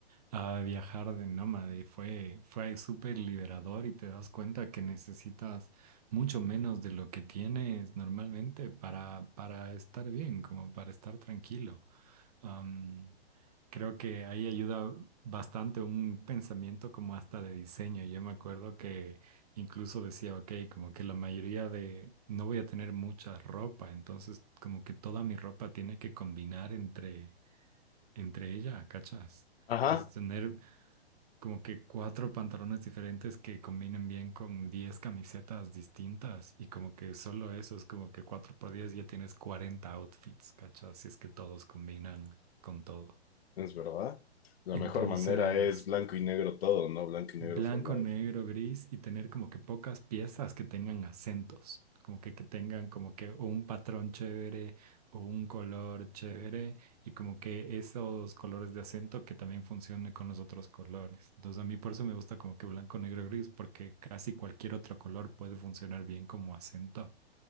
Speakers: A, on the right; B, on the left.
A: a viajar de nómade y fue, fue súper liberador y te das cuenta que necesitas mucho menos de lo que tienes normalmente para, para estar bien, como para estar tranquilo. Am, creo que ahí ayuda bastante un pensamiento como hasta de diseño. Yo me acuerdo que incluso decía, ok, como que la mayoría de, no voy a tener mucha ropa, entonces como que toda mi ropa tiene que combinar entre, entre ella, ¿cachas?
B: Ajá,
A: Entonces tener como que cuatro pantalones diferentes que combinen bien con diez camisetas distintas y como que solo eso es como que cuatro por diez ya tienes 40 outfits, ¿cachas? Si es que todos combinan con todo.
B: Es verdad. La
A: Entonces,
B: mejor manera es blanco y negro todo, ¿no? Blanco y
A: blanco,
B: negro for life.
A: negro, gris y tener como que pocas piezas que tengan acentos, como que, que tengan como que o un patrón chévere o un color chévere y como que esos colores de acento que también funcionen con los otros colores. Entonces, a mí por eso me gusta como que blanco, negro, gris, porque casi cualquier otro color puede funcionar bien como acento.